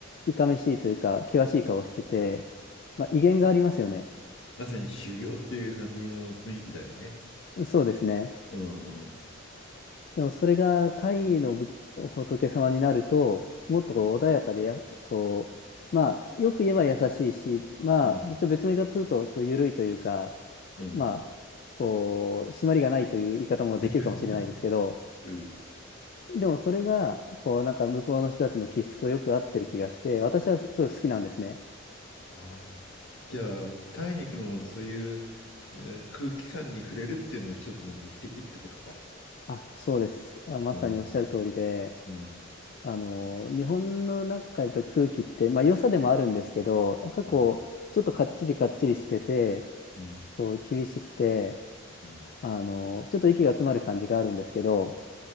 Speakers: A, on the left (about 45°); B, on the left (about 70°).
A: いかめしいというか険しい顔してて、まあ、威厳がありますよね。
B: まさに修行っていう感じの雰囲気だよね。
A: そうですね。
B: うんうん。
A: でもそれがタイの仏仏様になるともっとこう穏やかでやこうまあよく言えば優しいしまあちょっと別の言い方するとちょっと緩いというか
B: うんうん。
A: まあこう締まりがないという言い方もできるかもしれないですけど
B: <laughs> うん
A: でもそれがこうなんか向こうの人たちの気質とよく合ってる気がして私はすごい好きなんですね。
B: ああ、じゃあ、タイに行くのもそういう、えー空気感に触れるっていうのも一つの目的ってことか。
A: あ、そうです。あ、まさにおっしゃる通りで、
B: うん、うん、
A: あの、日本のなんかやっぱり空気って、まあ良さでもあるんですけど、やっぱりこう、
B: うん、
A: ちょっとかっちりかっちりしてて、
B: うん、
A: こう、厳しくて、
B: うん。
A: あの、ちょっと息が詰まる感じがあるんですけど、